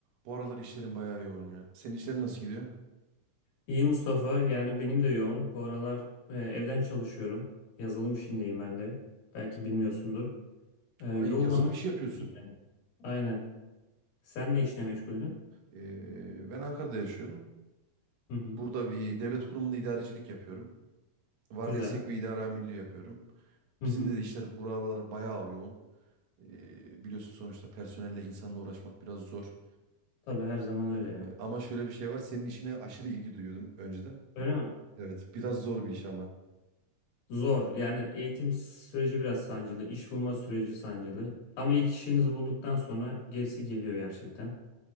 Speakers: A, on the right (about 75°); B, on the left (about 80°).
A: Bu aralar işlerin bayağı yoğun ya. Senin işlerin nasıl gidiyor?
B: İyi Mustafa. Yani benim de yoğun. Bu aralar e, evden çalışıyorum. Yazılım işindeyim ben de. Belki bilmiyorsundur. E, yoğun
A: Ay yazılım
B: ama
A: işi yapıyorsun.
B: İyi yani. aynen. Sen ne işle meşguldün?
A: Ee, ben Ankara'da yaşıyorum.
B: Hı hı.
A: Burada bir devlet kurumunda idarecilik yapıyorum. Vardiya
B: Güzel.
A: sek ve idare amirliği yapıyorum.
B: Hı
A: Bizim
B: hı.
A: de işler buralara bayağı yoğun. Ee, biliyorsun sonuçta personelle insanla uğraşmak biraz zor.
B: Tabii her zaman
A: Ee,
B: öyle ya.
A: ama şöyle bir şey var. Senin işine aşırı ilgi duyuyordum önceden.
B: Öyle mi?
A: Evet, biraz zor bir iş ama.
B: Zor. Yani eğitim süreci biraz sancılı. İş bulma süreci sancılı. Ama ilk işinizi bulduktan sonra gerisi geliyor gerçekten.